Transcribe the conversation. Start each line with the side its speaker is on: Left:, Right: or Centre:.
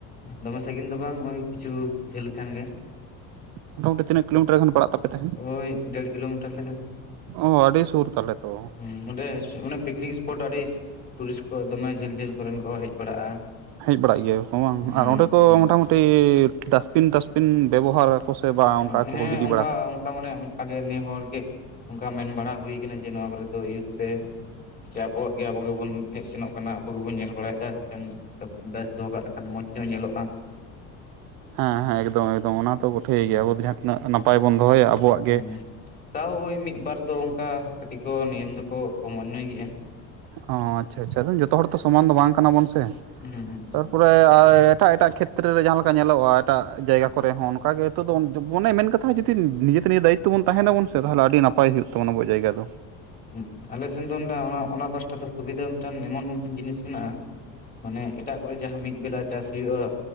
Left: ᱫᱚᱢᱮ ᱥᱟᱺᱜᱤᱧ ᱫᱚ ᱵᱟᱝ ᱳᱭ ᱠᱤᱪᱷᱩ ᱡᱷᱟᱹᱞ ᱠᱷᱟᱱ ᱜᱮ᱾
Right: ᱢᱳᱴᱟᱢᱩᱴᱤ ᱛᱤᱱᱟᱹᱜ ᱠᱤᱞᱳᱢᱤᱴᱟᱨ ᱜᱟᱱ ᱯᱟᱲᱟᱜ ᱛᱟᱼᱯᱮ ᱛᱟᱦᱮᱱ?
Left: ᱳᱭ ᱰᱮᱲ ᱠᱤᱞᱳᱢᱤᱴᱟᱨ ᱞᱮᱠᱟ ᱜᱟᱱ
Right: ᱚᱻ ᱟᱹᱰᱤ ᱥᱩᱨ ᱛᱟᱞᱮ ᱛᱚ᱾
Left: ᱦᱩᱸ ᱚᱸᱰᱮ ᱢᱟᱱᱮ ᱯᱤᱠᱱᱤᱠ ᱥᱯᱚᱴ ᱟᱹᱰᱤ ᱴᱩᱨᱤᱥᱴ ᱠᱩ ᱫᱚᱢᱮ ᱡᱷᱟᱹᱞᱼᱡᱷᱟᱹᱞ ᱠᱚᱨᱮᱱ ᱠᱚ ᱦᱮᱡ ᱵᱟᱲᱟᱜᱼᱟ᱾
Right: ᱦᱮᱡ ᱵᱟᱲᱟᱜ ᱜᱮᱭᱟ ᱠᱚ ᱵᱟᱝ
Left: ᱦᱩᱸ
Right: ᱟᱨ ᱚᱸᱰᱮ ᱠᱚ
Left: ᱦᱩᱸ
Right: ᱢᱚᱴᱟᱢᱩᱴᱤ ᱰᱟᱥᱵᱤᱱ ᱛᱟᱥᱵᱤᱱ ᱵᱮᱵᱚᱦᱟᱨ ᱠᱚ ᱥᱮ ᱵᱟᱝ ᱚᱱᱠᱟ
Left: ᱦᱮᱸ
Right: ᱠᱚ ᱜᱤᱰᱤ
Left: ᱚᱱᱠᱟ
Right: ᱵᱟᱲᱟ ᱠᱟᱜ᱾
Left: ᱚᱱᱠᱟ ᱢᱟᱱᱮ ᱚᱱᱠᱟᱜᱮ ᱱᱮ ᱦᱚᱲ ᱜᱮ ᱚᱱᱠᱟ ᱢᱮᱱ ᱵᱟᱲᱟ ᱦᱩᱭ ᱠᱟᱱᱟ ᱡᱮ ᱱᱚᱣᱟ ᱠᱚᱨᱮ ᱫᱚ ᱤᱭᱩᱡᱽ ᱯᱮ᱾ ᱡᱮ ᱟᱵᱚᱣᱟᱜ ᱜᱮ ᱟᱵᱚ ᱜᱮᱵᱩᱱ ᱦᱮᱡ ᱥᱮᱱᱚᱜ ᱠᱟᱱᱟ ᱟᱵᱩ ᱜᱮᱵᱩᱱ ᱧᱮᱞ ᱵᱟᱲᱟᱭᱼᱫᱟ ᱠᱮᱱ ᱵᱮᱥ ᱫᱚᱦᱚ ᱠᱟᱜ ᱞᱮᱠᱷᱟᱱ ᱢᱚᱸᱡᱽ ᱧᱚᱜ ᱧᱮᱞᱚᱜᱼᱟ᱾
Right: ᱦᱮᱸ ᱦᱮᱸ ᱮᱠᱫᱚᱢ ᱮᱠᱫᱚᱢ ᱚᱱᱟ ᱛᱚ ᱵᱚᱴᱷᱟᱹᱭ
Left: ᱦᱩᱸ
Right: ᱜᱮ ᱟᱵᱩ ᱫᱚ ᱡᱟᱦᱟᱸ ᱛᱤᱱᱟᱹᱜ
Left: ᱦᱩᱸ
Right: ᱱᱟᱯᱟᱭ ᱵᱚᱱ ᱫᱚᱦᱚᱭᱟ ᱟᱵᱚᱣᱟᱜ
Left: ᱦᱩᱸ
Right: ᱜᱮ
Left: ᱛᱟᱣ ᱳᱭ ᱢᱤᱫ ᱵᱟᱨ ᱫᱚ ᱚᱝᱠᱟ ᱠᱟᱹᱴᱤᱡ ᱠᱚ ᱱᱤᱭᱚᱢ ᱫᱚ ᱠᱚ ᱚᱢᱟᱱᱱᱚᱭ ᱜᱮᱭᱟ,
Right: ᱚ ᱟᱪᱪᱷᱟ ᱟᱪᱪᱷᱟ ᱡᱚᱛᱚ ᱦᱚᱲ ᱛᱚ ᱥᱚᱢᱟᱱ ᱫᱚ ᱵᱟᱝ ᱠᱟᱱᱟ ᱵᱚᱱ ᱥᱮ?
Left: ᱦᱩᱸ ᱩ ᱦᱩᱸ᱾
Right: ᱛᱟᱨ ᱯᱚᱨᱮ ᱟ ᱮᱴᱟᱜ ᱮᱴᱟᱜ ᱠᱷᱮᱛᱨᱮ ᱨᱮ ᱡᱟᱦᱟᱸ ᱞᱮᱠᱟ ᱧᱮᱞᱚᱜᱼᱟ ᱮᱴᱟᱜ ᱡᱟᱭᱜᱟ ᱠᱚᱨᱮ ᱦᱚᱸ ᱚᱱᱠᱟ ᱜᱮ ᱱᱤᱛᱚᱜ ᱫᱚ ᱢᱚᱱᱮ ᱢᱮᱱ ᱠᱟᱛᱷᱟ ᱡᱩᱫᱤ ᱱᱤᱡᱟᱹ ᱛᱮ ᱱᱤᱡᱟᱹ ᱫᱟᱭᱤᱛᱼᱛᱚ ᱵᱚᱱ ᱛᱟᱦᱮᱸᱱᱟᱵᱚᱱ ᱥᱮ ᱛᱟᱦᱚᱞᱮ ᱟᱰᱤ ᱱᱟᱯᱟᱭ ᱦᱩᱭᱩᱜ ᱛᱟᱵᱱᱟ ᱟᱵᱩᱣᱟᱜ ᱡᱟᱭᱜᱟ ᱫᱚ᱾
Left: ᱩᱸ ᱟᱞᱮ ᱥᱮᱱ ᱫᱚ ᱚᱱᱟ ᱯᱟᱥᱴᱟ ᱫᱚ ᱥᱩᱵᱤᱫᱷᱟ ᱢᱤᱫᱴᱟᱱ ᱮᱢᱚᱱ ᱢᱤᱫᱴᱮᱱ ᱡᱤᱱᱤᱥ ᱢᱮᱱᱟᱜᱼᱟ ᱢᱟᱱᱮ ᱮᱴᱟᱜ ᱠᱚᱨᱮ ᱡᱟᱦᱟᱸ ᱢᱤᱫ ᱵᱮᱞᱟ ᱪᱟᱥ ᱦᱩᱭᱩᱜᱼᱟ,